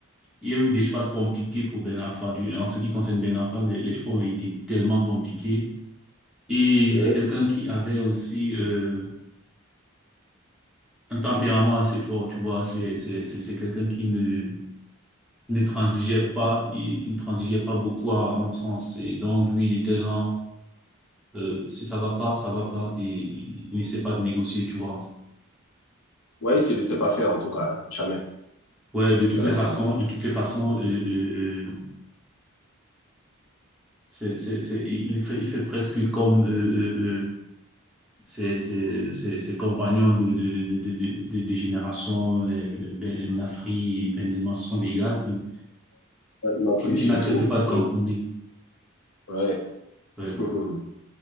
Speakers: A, in the centre; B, on the left.
A: Il y a eu des choix compliqués pour Ben Arfa. Du- En ce qui concerne Ben Arfa, les, les choix ont été tellement compliqués. Et
B: hein.
A: c'est quelqu'un qui avait aussi euh, un tempérament assez fort, tu vois. C'est c'est c'est c'est quelqu'un qui ne qui ne transigeait pas, et qui ne transigeait pas beaucoup à, à mon sens. Et donc lui, il était genre euh, si ça va pas, ça va pas. Et il n'essaie pas de négocier, tu vois.
B: Ouais, il ne le sait pas faire, en tout cas. hein. Jamais.
A: Ouais, de toutes
B: Belle
A: les
B: enfant.
A: façons, de toutes les façons, euh, euh, euh, c'est c'est c'est il fait il fait presque comme euh, euh, euh, ses, ses, ses, ses compagnons de, de, de, de, de, de, de- de génération, les, les Ben- les Nasri et Benzema, ce sont des gars qui,
B: Une
A: qui, qui
B: surtout.
A: n'acceptent pas de
B: Oui.
A: compromis.
B: Ouais.
A: Ouais.
B: <laughs>